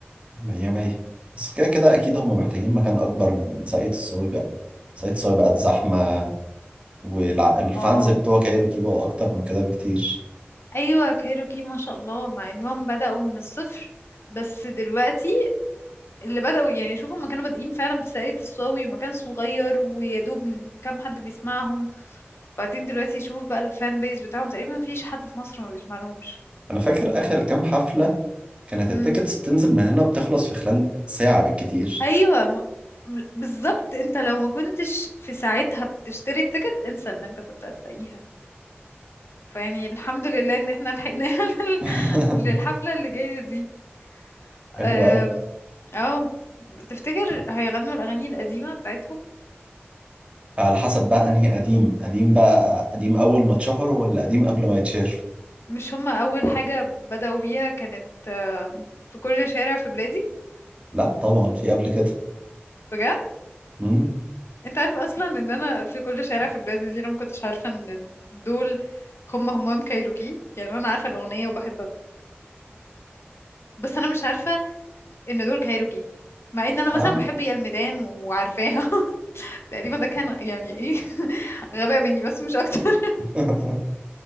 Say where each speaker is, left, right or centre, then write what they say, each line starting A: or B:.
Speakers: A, on the right; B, on the left.
A: مية مية بس كده كده أكيد هما محتاجين مكان أكبر من ساقية الصاوي بقى ساقية الصاوي بقت زحمة والفانز
B: اه
A: بتوع كايروكي بقوا أكتر من كده بكتير
B: ايوه كايروكي ما شاء الله مع انهم بداوا من الصفر بس دلوقتي اللي بداوا يعني شوفوا ما كانوا بادئين فعلا في ساقية الصاوي ومكان صغير ويا دوب كام حد بيسمعهم بعدين دلوقتي شوف بقى الفان بيز بتاعهم تقريبا مفيش حد في مصر ما بيسمع لهمش
A: أنا فاكر آخر كام حفلة كانت
B: امم
A: التيكتس بتنزل من هنا بتخلص في خلال ساعة بالكتير
B: ايوه م... م- بالظبط انت لو ما كنتش في ساعتها بتشتري التيكت انسى ان انت كنت هتلاقيها فيعني الحمد لله ان احنا لحقناها <laughs> لل-
A: <laughs>
B: للحفلة اللي جاية دي أم،
A: حلو أوي
B: اه تفتكر هيغنوا الاغاني القديمة بتاعتهم
A: على حسب بقى أنهي قديم قديم بقى قديم أول ما اتشهر ولا قديم قبل ما يتشهر
B: مش هما اول حاجة بدأوا فيها كانت أم، في كل شارع في بلادي
A: لا طبعا في قبل كده
B: بجد
A: امم
B: انت عارف اصلا ان انا في كل شارع في بلاد الجزيره ما كنتش عارفه ان دول هم همام كايروكي يعني انا عارفه الاغنيه وبحبها بس انا مش عارفه ان دول كايروكي مع ان انا
A: لا
B: مثلا
A: لا
B: بحب يا الميدان وعارفاها <laughs> تقريبا ده كان يعني ايه <laughs> غباء مني بس مش اكتر <laughs>
A: <laughs>